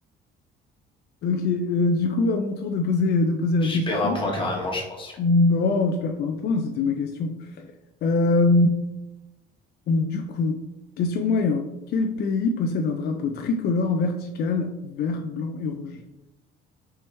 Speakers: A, on the left; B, on the left.
A: Ok, euh, du coup, à mon tour de poser, de poser
B: Je
A: la question.
B: perds un point carrément, je pense. Est-ce
A: Non, tu perds pas un point, c'était ma question. Euh, Du coup, question moyen. Quel pays possède un drapeau tricolore vertical vert, blanc et rouge?